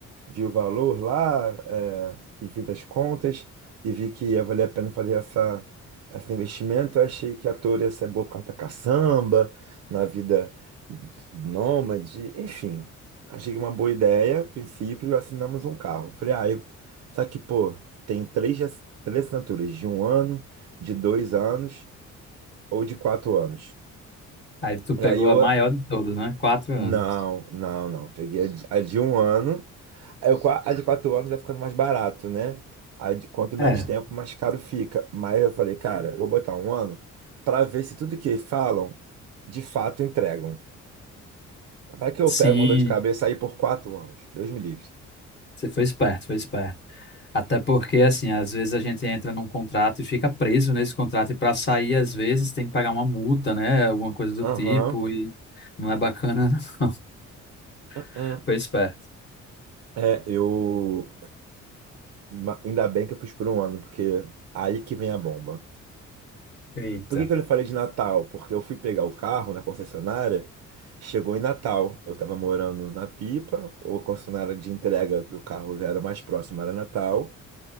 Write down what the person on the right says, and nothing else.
vi o valor lá, é, e fiz as contas e vi que ia valer a pena fazer essa, esse investimento. Eu achei que a Toro ia ser boa por causa da caçamba, na vida nômade, enfim. Achei uma boa ideia. A princípio, assinamos um carro. Falei, ah, eu... só que, pô, tem três, ass- três assinaturas, de um ano, de dois anos ou de quatro anos.
E aí eu,
não, não, não. Peguei a de a de um ano. É, o qua- A de quatro anos vai ficando mais barato, né? A de quanto menos
tempo, mais caro fica. Mas eu falei, cara, eu vou botar um ano pra ver se tudo que falam, de fato entregam. Vai que eu
pego uma dor de cabeça aí por quatro anos. Deus me livre.
Aham.
Uhum.
É, eu. ma- Ainda bem que eu fiz por um ano, porque aí que vem a bomba.
Por que que eu lhe falei de Natal? Porque eu fui pegar o carro na concessionária, chegou em Natal. Eu estava morando na Pipa, o concessionária de entrega do carro era mais próximo, era Natal.